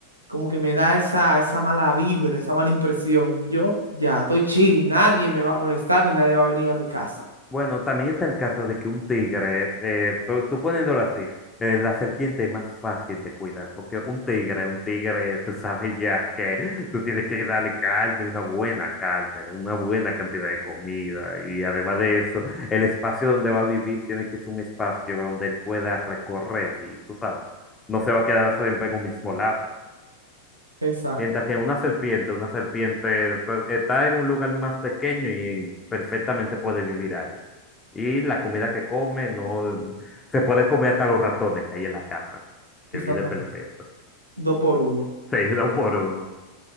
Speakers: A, on the right; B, on the left.
A: como que me da esa, esa mala vibra, esa mala impresión. Yo ya estoy chill, nadie me va a molestar ni nadie va a venir a mi casa.
B: Bueno, también está el caso de que un tigre, eh, tú, tú poniéndolo así, eh, la serpiente es más fácil de cuidar, porque un tigre, un tigre, tú sabes ya que tú tienes que darle carne, una buena carne, una buena cantidad de comida, y además de eso, el espacio donde va a vivir tiene que ser un espacio donde él pueda recorrer, y tú sabes, no se va a quedar siempre en un mismo lado.
A: Exacto,
B: Mientras que una serpiente, una serpiente pues, está en un lugar más pequeño y perfectamente puede vivir ahí. Y la comida que come, no mm, se puede comer hasta los ratones que hay en la casa, que
A: exactamente.
B: viene perfecto,
A: Dos por uno.
B: <laughs> seguido por uno.